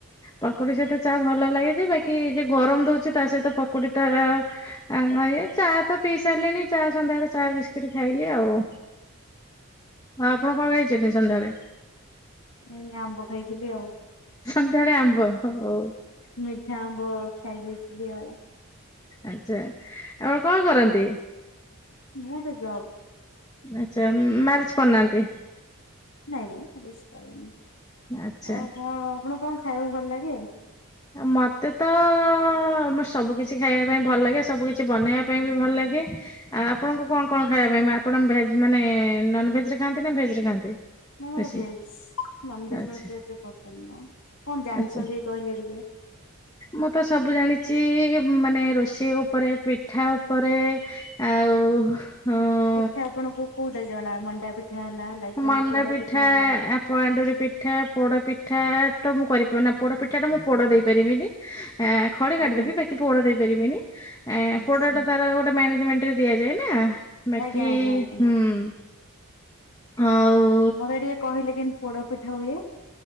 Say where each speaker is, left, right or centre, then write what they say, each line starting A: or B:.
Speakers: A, on the left; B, on the left.
A: ପକୁଡି ସହିତ ଚା ଭଲ ଲାଗେ ଯେ ବାକି ଯଏ ଗରମ ଦଉଛି ତା ସହିତ ପ ପକୋଡିତ ନାଇ ଚା ପିଇ ସାରିଲେଣି ଚା ସନ୍ଧ୍ୟାବେଳେ ଚା ବିସ୍କିଟ ଖାଇଲି ଆଉ। ହଁ ଆପଣ କଣ ହେଇଛନ୍ତି ସନ୍ଧ୍ୟାବେଳେ?
B: ମୁଁ ଆମ୍ବ ଖାଇଥିଲି ଆଉ।
A: ସନ୍ଧ୍ୟାଳେ ଆମ୍ବ। ହଉ
B: ମିଠା ଆମ୍ବ ଖାଇ ଦେଇଥିଲି ଆଉ।
A: ଆଛା ଏବେ କଣ କରନ୍ତି?
B: Not job.
A: ଆଚ୍ଛା ମ୍ୟାରେଜ କରନାହାନ୍ତି।
B: ନାଇଁ ନାଇଁନ
A: ଆଚ୍ଛା
B: ଆଉ କଣ ଆପଣ କଣ ଖାଇବାକୁ ଭଲ ଲାଗେ?
A: ମତେ ତମ ସବୁ କିଛି ଖାଇବା ପାଇଁ ଭଲ ଲାଗେ ସବୁ କିଛି ବନେଇବା ପାଇଁ ବି ଭଲ ଲାଗେ। ଆ ଆପଣଙ୍କୁ କଣ କଣ ଖାଇବା ପାଇଁ ଆପଣ ଭେଜ ମାନେ ନନ ଭେଜ ରେ ଖାଆନ୍ତି ନା ଭେଜ ରେ ଖାଆନ୍ତି?
B: ନା ମୋର
A: ବେଶୀ
B: ଭେଜ ନନ ଭେଜ
A: ଆଚ୍ଛା
B: ମତେ ଏତେ ପସନ୍ଦ ନା କଣ ଜାଣିଛନ୍ତି
A: ଆଚ୍ଛା।
B: କହିଲେ ଟିକେ?
A: ମୁଁ ତ ସବୁ ଜାଣିଛି ମାନେ ରୋଷେଇ ଉପରେ ପିଠା ଉପରେ ଆଉ। ହଁ।
B: ପିଠା ଆପଣଙ୍କୁ କୋଉଟା ଜଣା ମଣ୍ଡା ପିଠା ହେଲା। ଲାଇକ
A: ମାଣ୍ଡା
B: ଆମ ପୋଡ
A: ପିଠା
B: ହେଲା
A: ପଳାଣ୍ଡୁରି ପିଠା ପୋଡ ପିଠା ତ ମୁଁ କରିପାରି ନା ପୋଡ ପିଠା ଟା ମୁଁ ପୋଡ ଦେଇପାରିବିନି। ଖଳି କାଟିଦବି
B: ଆଜ୍ଞା।
A: ତାକି ପୋଡ ଦେଇ ପାରିବିନି
B: ଆଚ୍ଛା
A: ପୋଡଟା ତାର ଗୋଟେ ମାନେଜମେଣ୍ଟ ଦିଆଯାଏ ନା ବାକି
B: ଆଜ୍ଞା ଆଜ୍ଞା ଆଜ୍ଞା
A: ହୁଁ ହଉ
B: ମୋର ଟିକେ କହିଲେ କେମିତି ପୋଡ ପିଠା ହୁଏ